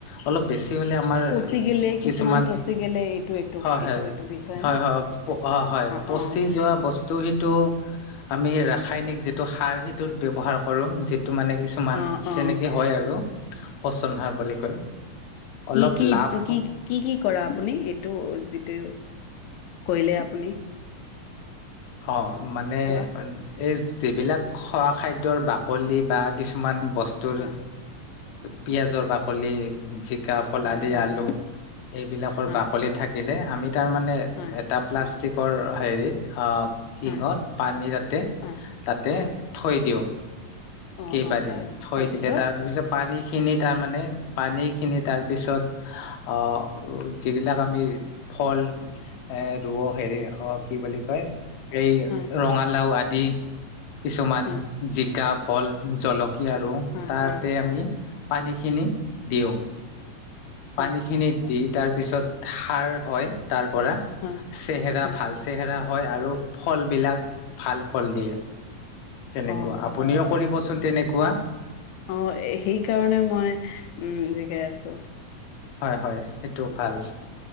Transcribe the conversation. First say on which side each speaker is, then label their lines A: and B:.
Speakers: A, on the left; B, on the left.
A: অলপ বেছি আমাৰ
B: পচি গেলে
A: কিছুমান
B: পচি গেলে এইটো এইটো
A: হয়-হয়-হয়-হয়
B: এইটো এইটো বিষ হয় না
A: অপ অ হয় পচি
B: অ বুজিছো।
A: যোৱা বস্তু সিটো আমি ৰাসায়নিক যিটো সাৰ সেইটোত ব্যৱহাৰ কৰোঁ যিট টো মানে কিছুমান
B: অ
A: তেনেকে
B: অ
A: হয় আৰু পচন সাৰ বুলি কয়। অলপ
B: কি কি
A: লাভ হওক।
B: কি কি কি কৰা আপুনি এইটো যিটো কৈলে আপুনি <unintelligible>
A: অ মানে
B: কোৱা
A: এই যিবিলাক খোৱা খাদ্যৰ বাকলি বা কিছুমান বস্তুৰ
B: হয়
A: পিয়াঁজৰ বাকলি জিকা ফল
B: হয়
A: আদি
B: হয়
A: আলু এইবিলাকৰ
B: হয়
A: বাকলি থাকিলে আমি তাৰ মানে
B: হয়
A: এটা প্লাষ্টিক হেৰিত অ টিঙত
B: হয়
A: পানী তাতে
B: হয়
A: তাতে
B: হয়
A: থৈ দিওঁ
B: অ
A: কেইবাদিন
B: অ তাৰ
A: থৈ
B: তাৰপিছত
A: দিলে তাৰ পিছত পানী খিনি তাৰমানে পানী খিনি তাৰপিছত অ যিবিলাক আমি ফল ৰোঁ অ হেৰি অ কি বুলি কয় এই
B: হয়
A: ৰঙালাও আদি কিছুমান
B: হয়
A: জিকা ভল জলক কি আৰু
B: হয়
A: তাতে
B: হয়
A: আমি পানীখিনি দিওঁ ৷ পানী
B: হয়
A: খিনি দি তাৰ পিছত সাৰ হয় তাৰ পৰা
B: হয়
A: চেহেৰা
B: হয়
A: ভাল চেহেৰা হয় আৰু ফল বিলাক ভাল ফল দিয়ে তেনেকুৱা
B: অ
A: আপুনিও কৰিবচোন তেনেকুৱা
B: অ সেইকাৰণে মই জিগাই আছোঁ
A: হয়-হয় সেইটো ভাল ৷